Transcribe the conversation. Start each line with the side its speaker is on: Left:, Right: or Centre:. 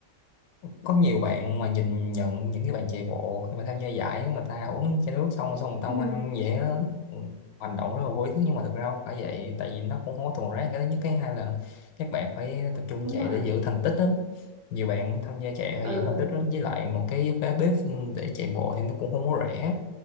Left: có nhiều bạn mà nhìn nhận những cái bạn chạy bộ khi mà tham gia giải á, người ta uống chai nước xong xong người ta
Right: Ừ,
Left: quăng vậy á ừ, hành động rất là vô ý thức nhưng mà thực ra không phải vậy tại vì nó cũng không có thuần rác cái thứ nhất cái hai là các bạn phải tập trung
Right: đúng
Left: chạy
Right: rồi.
Left: để giữ thành tích đó nhiều bạn tham gia chạy phải
Right: Ừ,
Left: giữ thành tích đó với lại một cái vé bếp để chạy bộ thì nó cũng không có rẻ